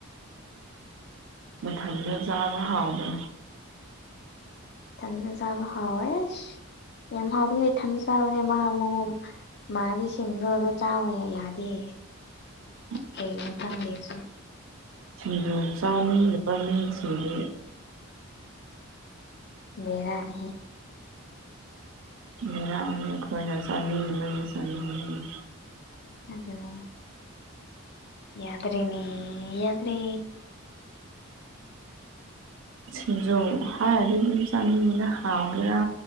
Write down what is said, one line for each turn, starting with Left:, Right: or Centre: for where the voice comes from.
Right: ꯃꯊꯟꯗ ꯆꯥꯕ ꯍꯥꯎꯕ꯭ꯔꯥ
Left: ꯊꯟꯗ ꯆꯥꯕ ꯍꯥꯎꯋꯦ ꯑꯦꯁ ꯌꯥꯝ ꯍꯥꯎꯕꯒꯤ ꯊꯟꯗ ꯆꯥꯕꯅꯦ ꯃꯥ ꯃꯉꯝ ꯃꯥꯅꯕꯤꯁꯤꯡꯗꯣ ꯑ ꯑꯗꯨꯣ ꯆꯥꯎꯋ ꯌꯥꯗꯦ
Right: <inaudible>
Left: ꯍ ꯀꯥꯟꯗꯁꯨ
Right: ꯁꯤꯡꯖꯨ ꯆꯥꯅꯤ ꯅꯨꯄꯥꯅꯤ ꯆꯁꯤꯡꯗꯦ
Left: ꯃꯦꯔꯅꯤ
Right: ꯃꯦꯥ ꯑꯅꯤ ꯀꯋꯥꯁꯥꯅꯤꯕ ꯁꯥꯅꯤ
Left: ꯑꯗꯨꯗꯅꯦ ꯌꯥꯗ꯭ꯔꯔꯤꯅꯤ ꯌꯥꯗ꯭ꯔꯤ
Right: ꯁꯤꯤꯟꯖꯧ ꯍ ꯑꯗꯨ ꯑꯗꯨꯝ ꯆꯅ ꯃꯅ ꯍꯒ꯭ꯔꯥ